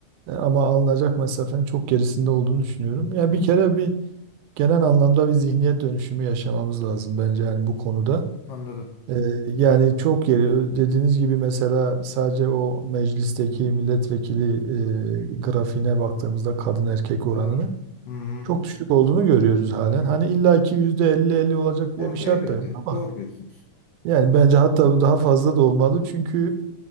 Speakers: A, on the right; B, on the left.
A: e, ama alınacak mesafenin çok gerisinde olduğunu düşünüyorum. Yani bir kere bir genel anlamda bir zihniyet dönüşümü yaşamamız lazım bence yani bu konuda.
B: anladım.
A: Ee, Yani çok yeri ö- dediğiniz gibi mesela sadece o meclisteki milletvekili e, grafiğine baktığımızda kadın erkek oranını
B: Doğru. Hmm,
A: çok düşük olduğunu görüyoruz halen.
B: doğru.
A: Hani illaki %50-50 olacak
B: Oğlum,
A: diye bir şart
B: elbette.
A: da yok ama
B: Doğru diyorsunuz.
A: yani bence hatta daha fazla da olmalı çünkü